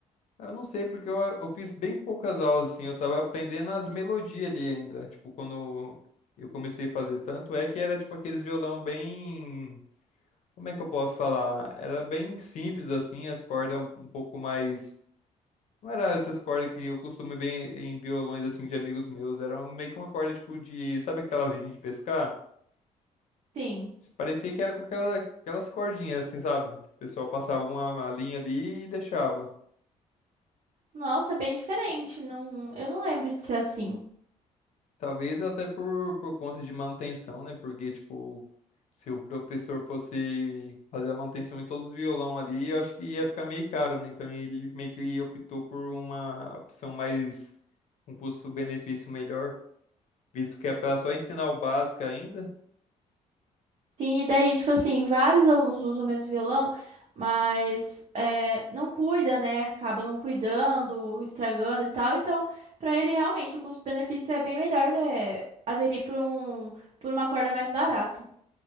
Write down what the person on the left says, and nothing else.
Eu não sei, porque eu, eu fiz bem poucas aulas, assim, eu tava aprendendo as melodias ali ainda, tipo, quando eu comecei a fazer, tanto é que era, tipo, aqueles violão bem, como é que eu posso falar? Era bem simples, assim, as cordas um um pouco mais, não era essas cordas que eu costumo ver em em violões, assim, de amigos meus, era um, meio que uma corda, tipo, de, sabe aquela vinha de pescar?
Parecia que era com aquela, aquelas cordinhas, assim, sabe? O pessoal passava uma uma linha ali e deixava.
Talvez até por, por conta de manutenção, né? Porque, tipo, se o professor fosse fazer a manutenção em todos os violão ali, eu acho que ia ficar meio caro, né? Então ele meio que optou por uma opção mais, um custo-benefício melhor, visto que é para só ensinar o básico ainda.